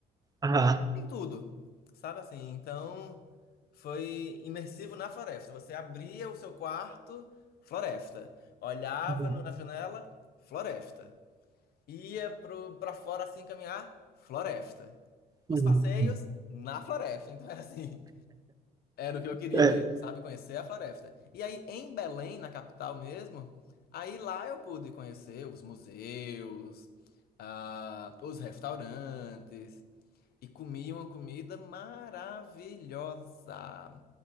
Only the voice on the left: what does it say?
tem tudo, sabe assim? Então, foi imersivo na floresta. Você abria o seu quarto, floresta. Olhava
no- na janela, floresta. Ia pro, pra fora assim caminhar, floresta. Os
passeios, na floresta. Então era assim, era o que eu queria
mesmo, sabe? Conhecer a floresta. E aí em Belém, na capital mesmo, aí lá eu pude conhecer os museus, ah, os restaurantes e comi uma comida maravilhosa.